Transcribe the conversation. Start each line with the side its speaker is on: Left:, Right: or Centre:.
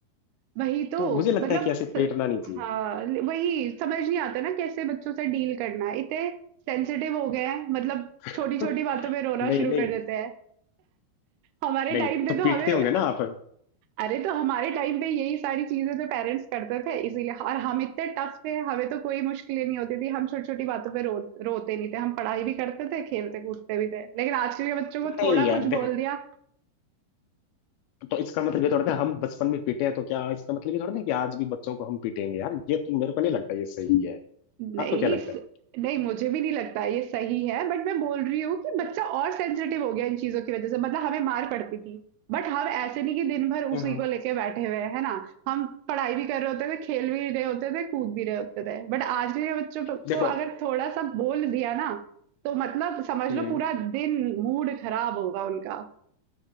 Right: वही तो
Left: तो मुझे लगता
Right: मतलब
Left: है कि ऐसे पीटना
Right: स-
Left: नहीं चाहिए
Right: हाँ वही समझ नहीं आता ना कैसे बच्चों से डील करना है इतने सेंसिटिव हो गए हैं मतलब
Left: <laughs>
Right: छोटी छोटी बातों पे रोना
Left: नहीं
Right: शुरू
Left: नहीं
Right: कर देते हैं हमारे
Left: नहीं
Right: टाइम पे
Left: तो
Right: तो
Left: पीटते
Right: हमें
Left: होंगे ना आप
Right: अरे तो हमारे टाइम पे यही सारी चीजें तो पेरेंट्स करते थे इसीलिए और हम इतने टफ थे हमें तो कोई मुश्किलें नहीं होती थी हम छोटी छोटी बातों पे रो रोते नहीं थे हम पढ़ाई भी करते थे खेलते कूदते भी थे लेकिन आजकल के बच्चों को
Left: नहीं
Right: थोड़ा
Left: यार
Right: कुछ
Left: देखो
Right: बोल दिया
Left: तो इसका मतलब ये थोड़ा ना हम बचपन में पीटे हैं तो क्या इसका मतलब ये थोड़ा ना कि आज भी बच्चों को हम पीटेंगे यार ये तो मेरे को नहीं लगता ये सही है
Right: नहीं
Left: आपको क्या लगता
Right: स-
Left: है
Right: नहीं मुझे भी नहीं लगता ये सही है बट मैं बोल रही हूँ कि बच्चा और सेंसिटिव हो गया इन चीजों की वजह से मतलब हमें मार पड़ती थी बट हम ऐसे नहीं कि दिन भर उसी
Left: हाँ
Right: को लेके बैठे हुए हैं है ना हम पढ़ाई भी कर रहे होते थे खेल भी रहे होते थे कूद भी रहे होते थे बट आज के बच्चों को
Left: देखो
Right: अगर थोड़ा सा बोल दिया ना तो मतलब समझ
Left: हम्म
Right: लो पूरा दिन मूड खराब होगा उनका